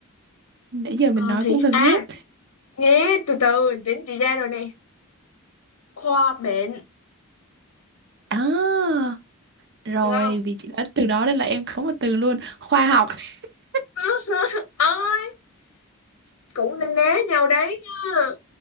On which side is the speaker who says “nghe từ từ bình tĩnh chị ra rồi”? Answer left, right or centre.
Left